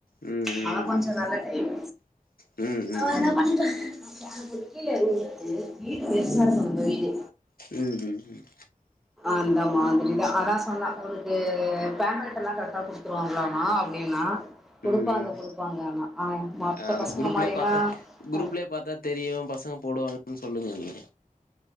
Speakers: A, on the left; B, in the centre.
A: ம் ம்
B: மழ கொஞ்சம்
A: ம்
B: நல்ல டைம்
A: ம் ம் ம் ம்
B: அவ ஏதன பண்ணிப்ப <unintelligible> கீழ இருக்கு <unintelligible> வீடு பெருசா இருக்கும் நம்ம வீடு
A: உம் உம் உம்
B: அந்த மாதிரிதான் அதான் சொன்னா உனக்கு பேமெண்ட் எல்லாம் கரெக்டா குடுத்துருவாங்களாமா அப்படின்னா குடுப்பாங்க
A: ம் ம்
B: குடுப்பாங்கனா ஆ மத்த
A: அந்த
B: பசங்க
A: குரூப்லய
B: மாதிரி
A: பார்த்தா
B: எல்லாம்
A: குரூப்லயே
B: ஆ,
A: பார்த்தா தெரியும் பசங்க போடுவாங்கன்னு சொல்லுங்க அங்க